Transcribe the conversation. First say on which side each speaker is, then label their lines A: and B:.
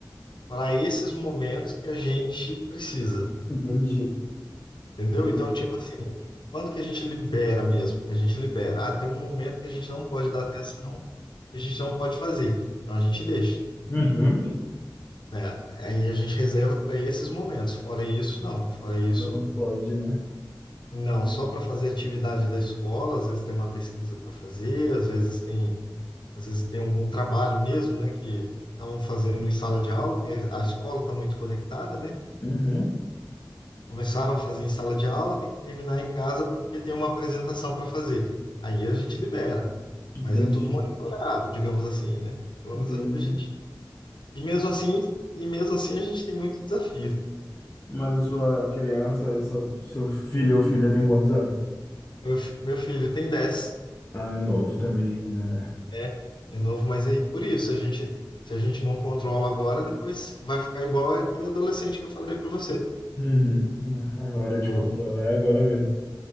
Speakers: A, on the left; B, on the left.
A: para esses momentos que a gente precisa,
B: entendi.
A: entendeu?
B: Entendi.
A: Então, tipo assim, quando que a gente libera mesmo? Que a gente libera. Ah, tem um momento que a gente não pode dar atenção, que a gente não pode fazer. Então a gente deixa,
B: Uhum.
A: né? Aí a gente reserva para esses momentos. Fora isso, não. Fora isso.
B: Não pode, né?
A: Não, só para fazer atividade da escola, às vezes tem uma pesquisa para fazer, às vezes tem, às vezes tem algum trabalho mesmo, né, que estavam fazendo em sala de aula, que a escola está muito conectada, né?
B: Uhum,
A: Começaram a fazer em sala de aula, tem que terminar em casa porque tem uma apresentação para fazer. Aí a gente libera,
B: entendi.
A: mas é tudo monitorado, digamos assim, né? Pelo
B: Entendi.
A: menos aqui a gente. E mesmo assim, e mesmo assim a gente tem muito desafio.
B: Mas a sua criança, essa, seu filho ou filha tem quantos anos?
A: Meu, fi- meu filho tem 10.
B: Ah, é novo também ainda, né?
A: É, é novo, mas aí por isso a gente, se a gente não controla agora, depois vai ficar igual aquele adolescente que eu falei pra você.
B: Uhum. A hora de
A: Pô,
B: controlar é agora mesmo.